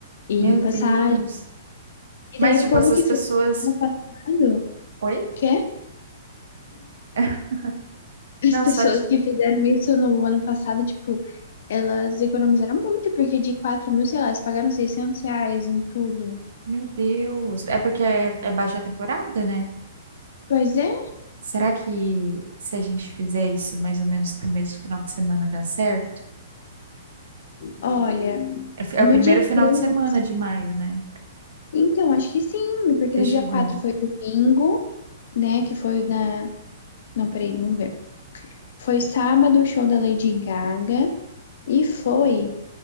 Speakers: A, on the left; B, on the right.
A: e
B: Meu
A: passagem
B: Deus.
A: E
B: Mas,
A: daí
B: tipo,
A: o povo
B: essas
A: que
B: pessoas.
A: fez no ano passado,
B: Oi?
A: que é?
B: <laughs>
A: As
B: Não,
A: pessoas
B: só tipo
A: que fizeram isso no ano passado, tipo, elas economizaram muito, porque de quatro mil, sei lá, elas pagaram 600 reais em tudo.
B: Meu Deus. É porque é, é baixa temporada, né?
A: Pois é,
B: Será que se a gente fizer isso mais ou menos pro mesmo final de semana dá certo?
A: olha,
B: É, fi- é
A: no
B: o primeiro
A: dia
B: final
A: 3.
B: de semana de maio, né?
A: então, acho que sim, porque
B: Deixa
A: no dia
B: eu
A: 4
B: ver.
A: foi domingo, né, que foi o da... Não, peraí, vamos ver. Foi sábado o show da Lady Gaga e foi